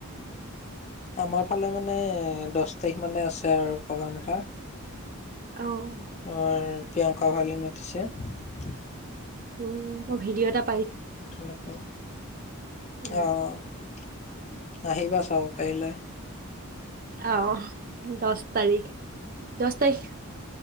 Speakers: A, on the left (about 30°); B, on the right (about 40°).
A: আমাৰ ফালে মানে দচ তাৰিখ মানে আছে আৰু প্ৰগ্ৰাম এটা।
B: অ',
A: অ। প্ৰিয়ংকা ভৰালীক মাতিছে।
B: উম মোৰ ভিডিঅ' এটাত
A: তেনেকুৱা
B: উম,
A: অহ। আহিবা চাব পাৰিলে।
B: অহ দচ তাৰিখ দচ তাৰিখ